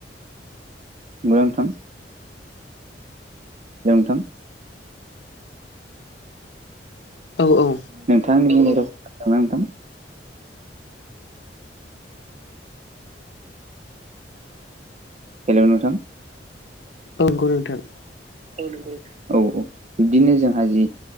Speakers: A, on the right (about 40°); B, on the left (about 70°).
A: नंगौ नोंथां। हेलौ नोंथां।
B: औ औ
A: नोंथांनि मा नोंथां हेलौ नोंथां।
B: नंगौ नोंथां।
A: औ औ बिब्दिनो जोंहा जि